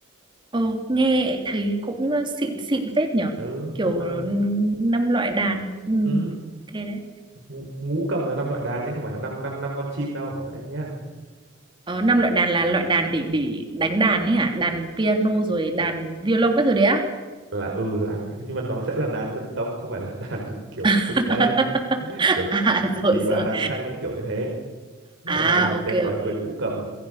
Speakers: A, on the right; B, on the right.
A: Ờ, nghe thấy cũng ờ, xịn xịn phết nhở
B: ừ
A: kiểu
B: hoặc là
A: năm loại đàn ừ,
B: ừ,
A: ok đấy
B: ngũ, ngũ cầm là năm loại đàn nhé không phải là năm năm năm con chim đâu đấy nhá
A: ờ, năm loại đàn là loại đàn để để đánh đàn ấy hả đàn piano rồi đàn violon các thứ đấy á
B: là ừ là nhưng mà nó sẽ là đàn dân tộc không phải là đàn <laughs> kiểu
A: <laughs>
B: phương Tây kiểu
A: à rồi
B: tỳ bà
A: rồi
B: đàn tranh ấy kiểu như thế đấy
A: à
B: là bài
A: ok
B: tên là bài
A: ok
B: quyền ngũ cầm